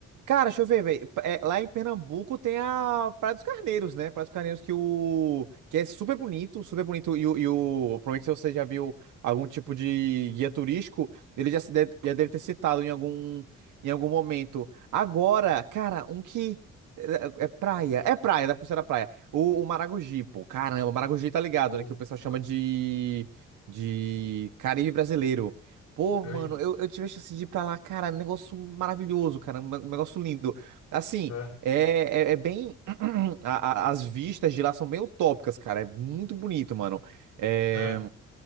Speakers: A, on the right; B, on the left.
A: Cara, deixa eu ver, velho. É, lá em Pernambuco tem a Praia dos Carneiros, né? Praia dos Carneiros que o que é super bonito, super bonito. E, o, e o... provavelmente se você já viu algum tipo de guia turístico, ele já, se de- já deve ter citado em algum em algum momento. Agora, cara, um que é, é praia, é praia, da Costeira Praia. O, o Maragogi, pô, caramba, Maragogi tá ligado,
B: Ou,
A: né? Que o pessoal chama
B: ah,
A: de de Caribe brasileiro. Pô,
B: é
A: mano,
B: isso.
A: eu, eu tive a chance de ir pra lá, cara, um negócio maravilhoso, cara, um ne- um negócio lindo. Assim,
B: É,
A: é, é, é bem. <clears throat> a- a- as vistas de lá são bem utópicas, cara, é muito bonito, mano. É,
B: é.